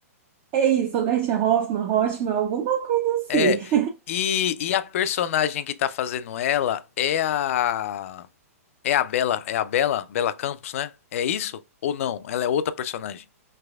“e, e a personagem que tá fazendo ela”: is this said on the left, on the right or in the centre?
Left